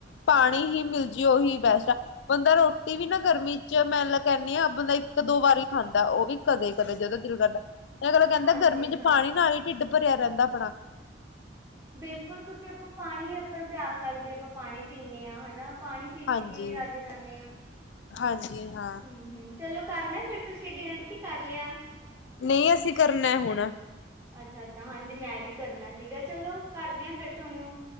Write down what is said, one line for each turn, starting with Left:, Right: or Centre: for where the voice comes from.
Left: ਪਾਣੀ ਹੀ ਮਿਲ ਜੇ ਉਹੀ ਬੈਸਟ ਆ। ਬੰਦਾ ਰੋਟੀ ਵੀ ਨਾ ਗਰਮੀ ਚ ਮੈ ਕਹਿੰਦੀ ਆ ਬੰਦਾ ਇੱਕ ਦੋ ਵਾਰੀ ਖਾਂਦਾ ਉਹ ਵੀ ਕਦੇ, ਕਦੇ ਜਦੋ ਦਿਲ ਕਰਦਾ। ਇਹ ਗਲੋ ਕਹਿੰਦਾ
Right: ਹਾਂਜੀ
Left: ਗਰਮੀ ਚ
Right: ਹਾਂ
Left: ਪਾਣੀ ਨਾਲ ਹੀ ਢਿੱਡ ਭਰਿਆ ਰਹਿੰਦਾ ਆਪਣਾ।
Right: ਬਿਲਕੁਲ ਕਿਉਂਕਿ ਆਪਾਂ ਪਾਣੀ ਆਪਾਂ ਨੂੰ ਪਿਆਸ ਲੱਗਦੀ ਹੈ, ਆਪਾਂ ਪਾਣੀ ਪੀਂਦੇ ਹਾਂ ਹਨਾ। ਪਾਣੀ ਪੀ -ਪੀ
Left: ਹਾਂਜੀ।
Right: ਕੇ ਹੀ ਰੱਜੇ ਜਾਂਦੇ ਹਾਂ ਹੂੰ,
Left: ਹਾਂਜੀ ਹਾਂ
Right: ਹੂੰ। ਚਲੋ ਕਰਨਾ ਫਿਰ ਤੁਸੀਂ ਡਿਨਰ ਕੀ ਕਰ ਲਿਆ।
Left: ਨਹੀਂ ਅਸੀਂ ਕਰਨਾ ਹੁਣ
Right: ਅੱਛਾ, ਅੱਛਾ ਹਾਂਜੀ ਮੈਂ ਵੀ ਕਰਨਾ ਸੀਗਾ ਚਲੋ ਕਰਦੇ ਹਾਂ ਫਿਰ ਤੁਹਾਨੂੰ